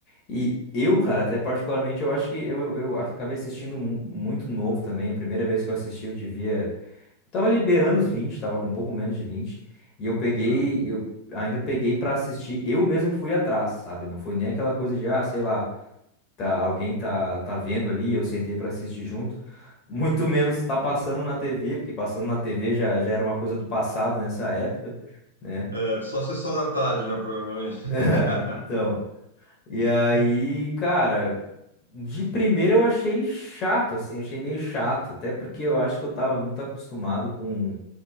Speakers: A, on the left; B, on the left.
A: E eu, cara, até particularmente, eu acho que eu, eu eu acabei assistindo mu- muito novo também. A primeira vez que eu assisti, eu devia. Tava liberando os vinte tava com um pouco menos de vinte E eu peguei,
B: é.
A: eu ainda peguei pra assistir. Eu mesmo fui atrás, sabe? Não foi nem aquela coisa de, ah, sei lá, tá, alguém tá, tá vendo ali, eu sentei pra assistir junto. <laughs> Muito menos tá passando na TV, porque passando na TV já, já era uma coisa do passado nessa época, né?
B: É, só sessão da tarde, né, provavelmente. <laughs>
A: <laughs> Então, e aí,
B: É.
A: cara, de primeira eu achei chato, assim, achei meio chato, até porque eu acho que eu tava muito acostumado com